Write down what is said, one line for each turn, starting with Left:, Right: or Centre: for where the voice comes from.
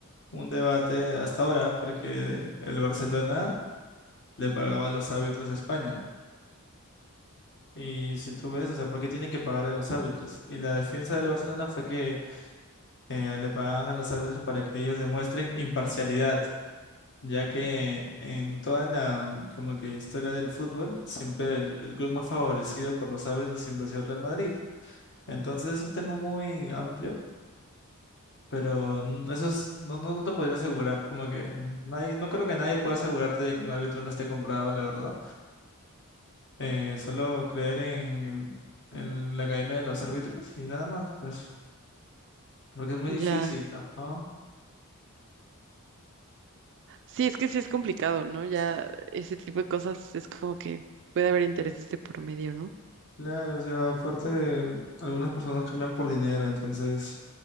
Left: un debate hasta ahora porque el Barcelona le pagaba a los árbitros de España. Y si tú ves, o sea, ¿por qué tienen que pagar a los árbitros? Y la defensa del Barcelona fue que eh, le pagaban a los árbitros para que ellos demuestren imparcialidad, ya que en toda la mm, como que historia del fútbol, siempre el, el club más favorecido por los árbitros siempre ha sido el Real Madrid. Entonces es un tema muy amplio Pero n- eso es, no, no, no te podría asegurar, como que nadie, no creo que nadie pueda asegurarte de que un árbitro no esté comprado, la verdad. Eh, solo creer en, el- en la academia de los árbitros y nada más, pues, porque es muy
Right: ya.
Left: difícil, ajá.
Right: Sí, es que sí es complicado, ¿no? Ya
Left: Sí.
Right: ese tipo de cosas es como que puede haber intereses de por medio, ¿no?
Left: Claro, o sea, aparte, algunas personas cambian por dinero, entonces,